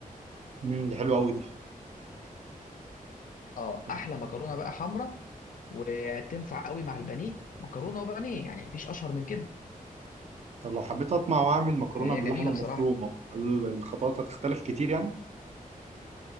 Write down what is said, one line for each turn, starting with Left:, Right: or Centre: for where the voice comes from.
Right: امم دي حلوه قوي دي
Left: اه
Right: طب...
Left: احلى مكرونه بقى حمراء وتنفع قوي مع البانيه مكرونه وبانيه يعني مفيش اشهر من كده
Right: طب لو حبيت اطمع واعمل مكرونه
Left: فهي
Right: باللحمه
Left: جميله
Right: المفرومه
Left: بصراحه
Right: هل الخطوات هتختلف كتير يعني